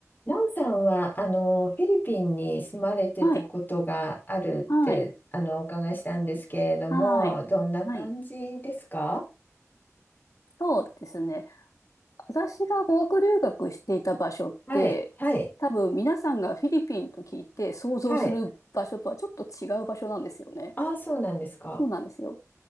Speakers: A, on the left; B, on the left.
A: ラオさんは、あの、フィリピンに住まれてたことがあるって、
B: はい、はい、
A: あの、お伺いしたんですけれども、
B: はい、
A: どんな感じですか
B: はい。そうですね。私が語学留学していた場所って、
A: はい、はい、
B: 多分皆さんがフィリピンと聞いて想像する場所とはちょっと違う場所なんですよね。
A: はい。ああ、そうなんですか。
B: そうなんですよ。